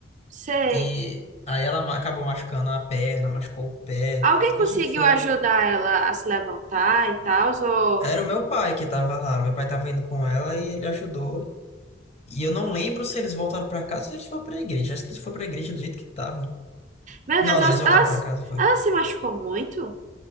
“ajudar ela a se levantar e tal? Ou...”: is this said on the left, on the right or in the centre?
Right